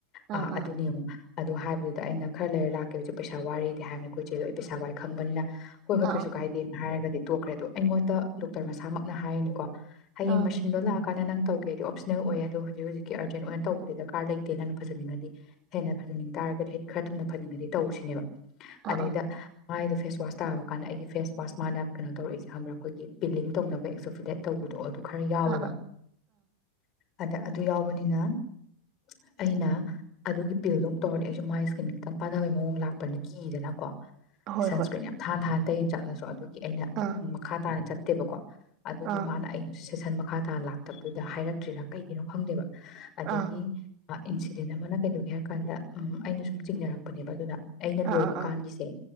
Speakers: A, on the left (about 35°); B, on the right (about 35°).
A: ꯑ
B: ꯑꯥ
A: ꯑꯗꯨꯅꯦ
B: ꯑꯥ
A: ꯌꯦꯡꯉꯣ ꯑꯗꯨ ꯍꯥꯏꯕꯗꯨꯗ ꯑꯩꯅ ꯈꯔ ꯂꯩꯔ ꯂꯥꯛꯀꯦ ꯍꯧꯖꯤꯛ ꯄꯩꯁꯥ ꯋꯥꯔꯤꯗꯤ ꯍꯥꯏꯕꯅꯤ ꯑꯩꯈꯣꯏꯆꯦꯗꯣ ꯑꯩ ꯄꯩꯁꯥ ꯋꯥꯏ ꯈꯪꯕꯅꯤꯅ ꯍꯣꯏ ꯍꯣꯏ
B: ꯑꯥ
A: ꯀꯩꯁꯨ ꯀꯥꯏꯗꯦꯅ ꯍꯥꯏꯔꯒꯗꯤ ꯇꯣꯛꯈ꯭ꯔꯦ ꯑꯗꯣ ꯑꯩꯉꯣꯟꯗ ꯗꯣꯛꯇꯔ ꯃꯁꯥꯃꯛꯅ ꯍꯥꯏꯔꯤꯅꯤꯀꯣ ꯍꯌꯦꯡ
B: ꯑꯥ
A: ꯃꯁꯤꯟꯗꯣ ꯂꯥꯛꯑꯀꯥꯟꯗ ꯅꯪ ꯇꯧꯒꯦ ꯍꯥꯏꯗꯤ ꯑꯣꯞꯁꯅꯦꯜ ꯑꯣꯏꯌꯦ ꯑꯗꯣ ꯍꯧꯖꯤꯛ ꯍꯧꯖꯤꯛꯀꯤ ꯑꯔꯖꯦꯟ ꯑꯣꯏꯅ ꯇꯧꯕꯗꯤ ꯗꯔꯀꯥꯔ ꯂꯩꯇꯦ ꯅꯪꯅ ꯐꯖꯅꯤꯡꯉꯗꯤ ꯍꯦꯟꯅ ꯐꯖꯅꯤꯡꯕ ꯇꯥꯔꯒꯗꯤ ꯍꯥꯏꯗꯤ ꯈꯔ ꯊꯨꯅ ꯐꯅꯤꯡꯉꯗꯤ ꯇꯧꯁꯤꯅꯦꯕ
B: ꯑꯥ
A: ꯑꯗꯩꯩꯗ
B: ꯑꯥ
A: ꯃꯥꯏꯗꯣ ꯐꯦꯁ ꯋꯥꯁ ꯇꯥꯕ ꯀꯥꯟꯗ ꯑꯩꯒꯤ ꯐꯦꯁ ꯋꯥꯁ ꯃꯥꯅ ꯀꯩꯅꯣ ꯇꯧꯛꯔꯛꯏꯁꯦ ꯈꯪꯕꯔ꯭ ꯑꯩꯈꯣꯏꯒꯤ ꯄꯤꯂꯤꯡ ꯇꯧꯅꯕ ꯑꯦꯛꯖꯣꯐꯤꯗꯦꯠ ꯇꯧꯕꯗꯣ ꯑꯗꯨ ꯈꯔ ꯌꯥꯎꯋꯦꯕ
B: ꯑꯥ ꯑꯥ ꯑꯥ
A: ꯑꯗ ꯑꯗꯨ ꯌꯥꯎꯕꯅꯤꯅ ꯑꯩꯅ ꯑꯗꯨꯒꯤ ꯄꯤꯜꯗꯣ ꯑꯃꯨꯛ ꯇꯧꯔꯗꯤ ꯑꯩꯁꯨ ꯃꯥꯏ ꯁꯀꯤꯟ ꯈꯤꯇꯪ ꯄꯥꯗꯥꯕ ꯃꯑꯣꯡ ꯂꯥꯛꯄꯅꯤ ꯀꯤꯗꯅꯀꯣ
B: ꯑꯥ ꯍꯣꯏ
A: ꯁꯟꯁꯀ꯭ꯔꯤꯟꯅꯤ
B: ꯍꯣꯏ
A: ꯌꯥꯝ ꯊꯥꯅ ꯊꯥꯅ <unintelligible> ꯑꯗꯨꯒꯤ ꯑꯩꯅ
B: ꯑꯥ
A: ꯃꯈꯥ ꯇꯥꯅ ꯆꯠ ꯇꯦꯕꯀꯣ ꯑꯗꯨꯒꯤ
B: ꯑꯥ
A: ꯃꯥꯅ ꯑꯩꯒꯤꯁꯨ ꯁꯦꯁꯟ ꯃꯈꯥ ꯇꯥꯅ ꯂꯥꯛꯇꯕꯗꯨꯗ ꯍꯥꯏꯔꯛꯇ꯭ꯔꯤꯔꯥ ꯀꯩꯒꯤꯅꯣ ꯈꯪꯗꯦꯕ ꯑꯗꯒꯤ
B: ꯑꯥ
A: ꯏꯟꯁꯤꯗꯦꯟ ꯑꯃꯅ ꯀꯩꯗꯧꯒꯦ ꯍꯥꯏꯔ ꯀꯥꯟꯗ ꯎꯝ ꯑꯩꯅ ꯁꯨꯝ ꯆꯤꯡꯅꯔꯛꯄꯅꯦꯕ ꯗꯨꯗ ꯑꯩꯅ
B: ꯑꯥ
A: ꯂꯣꯏꯕ
B: ꯑꯥ ꯑꯥ
A: ꯀꯥꯟꯒꯤꯁꯦ